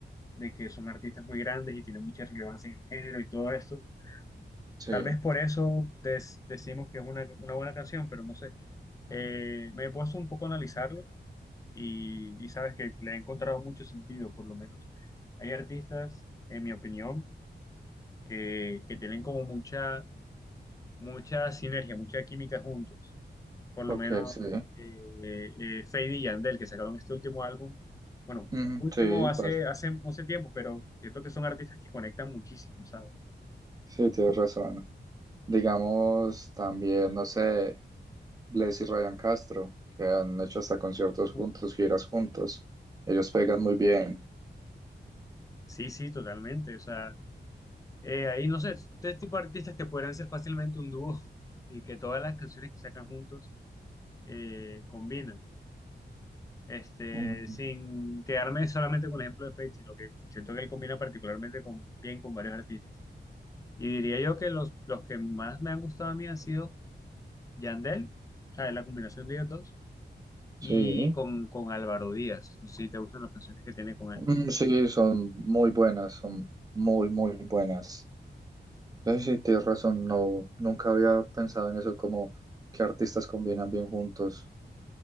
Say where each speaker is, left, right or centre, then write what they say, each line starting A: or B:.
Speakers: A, on the left; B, on the right.
A: de que son artistas muy grandes y tienen mucha relevancia en el género y todo esto,
B: sí,
A: tal vez por eso des- decimos que es una, una buena canción, pero no sé. Eh, me he puesto un poco a analizarlo y, y sabes que le he encontrado mucho sentido, por lo menos. Hay artistas, en mi opinión, que, que tienen como mucha, mucha sinergia, mucha química juntos por lo
B: ok,
A: menos
B: sí.
A: eh, eh, Feid y Yandel, que sacaron este último álbum. Bueno,
B: Ujú,
A: último
B: sí,
A: hace,
B: pues,
A: hace, hace tiempo, pero siento que son artistas que conectan muchísimo, ¿sabes?
B: sí, tienes razón. Digamos, también, no sé, Bless y Ryan Castro, que han hecho hasta conciertos
A: Uf,
B: juntos, giras juntos. Ellos pegan muy bien.
A: sí, sí, totalmente. O sea, eh, ahí no sé, este tipo de artistas que podrían ser fácilmente un dúo y que todas las canciones que sacan juntos eh, combinan. Este,
B: Mm,
A: sin quedarme solamente con el ejemplo de Feid, sino que siento que él combina particularmente con, bien con varios artistas. Y diría yo que los, los que más me han gustado a mí han sido Yandel, o sea, es la combinación de ellos dos, y
B: sí,
A: con, con Álvaro Díaz. No sé si te gustan las canciones que tiene con él.
B: Mm, sí, son muy buenas, son muy, muy buenas. Pues sí, tienes razón, no, nunca había pensado en eso, como qué artistas combinan bien juntos.